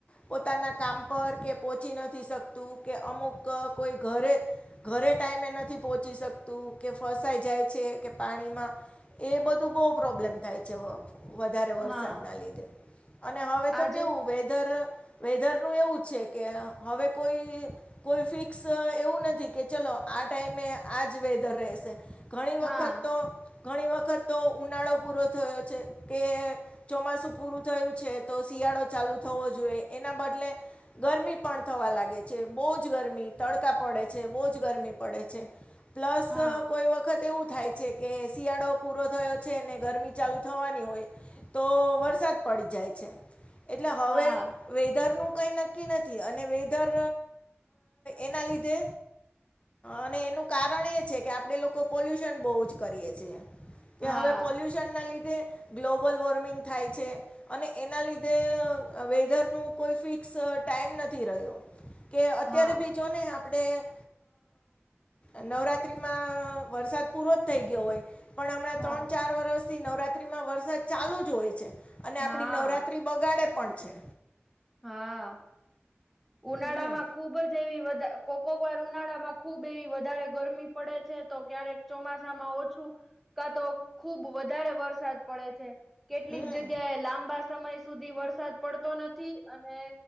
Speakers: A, on the left; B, in the centre.
A: પોતાના કામ પર કે પોહચી નથી શકતું કે અમુક કોઈ ઘરે ઘરે ટાઈમે નથી પહોંચી શકતું કે ફસાઈ જાય છે. કે પાણીમાં એ બધું બહુ પ્રોબ્લેમ થાય છે. વધારે વરસાદના
B: હા
A: લીધે અને હવે તો
B: આજે
A: કેવું વેધર વેધર નું એવું છે કે હવે કોઈ કોઈ ફિક્સ એવું નથી કે ચલો આ ટાઈમે આજ વેધર રહેશે, ઘણી
B: હા
A: વખત તો ઘણી વખત તો ઉનાળો પૂરો કે ચોમાસું પૂરુ થયું છે, તો શિયાળો ચાલુ થવો જોઈએ એના બ એટલે ગરમી પણ થવા લાગે છે બહુ જ ગરમી તડકા પડે છે, બહુ જ ગરમી પડે છે. પ્લસ
B: હા
A: કોઈ વખત એવું થાય છે, કે શિયાળો પૂરો થયો છે, અને ગરમી ચાલુ થવાની હોય તો વરસાદ પડી જાય છે. એટલે હવે,
B: હા
A: વેધરનુ કઈ નક્કી નથી, અને વેધર એના લીધે અને એનું કારણ એ છે, કે આપડે લોકો પોલ્યુશન બહુ જ કરીએ છેએ કે
B: હા
A: હવે, પોલ્યુશન લીધે ગ્લોબલ વોર્મિંગ થાય છે, અને એના લીધે વેધરનું કોઈ ફિક્સ ટાઈમ નથી રહ્યો કે
B: હા
A: અત્યારે બીજોને આપણે નવરાત્રિમાં વરસાદ પૂરો થઈ ગયો હોય. પણ હમણાં
B: હા
A: ત્રણ ચાર વરષ થી નવરાત્રીમાં વરસાદ ચાલુ જ હોય છે. અને
B: હા
A: આપડી નવરાત્રી બગાડે પણ છે.
B: હા. ઉનાળા
A: હમ
B: માં ખુબ જ એવી <unintelligible> કો કોક વાર ઉનાળામાં ખુબ એવી વધારે ગરમી પડે છે તો ક્યારેક ચોમાસામાં ઓછું કા તો ખુબ વધારે વરસાદ પડે છે. કેટલીક
A: હમ
B: જગ્યાએ લાંબા સમય સુધી વરસાદ પડતો નથી અને